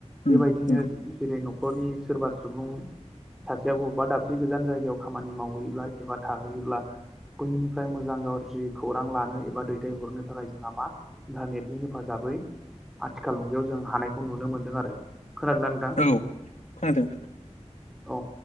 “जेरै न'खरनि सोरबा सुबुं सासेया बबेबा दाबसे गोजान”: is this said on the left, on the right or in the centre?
Centre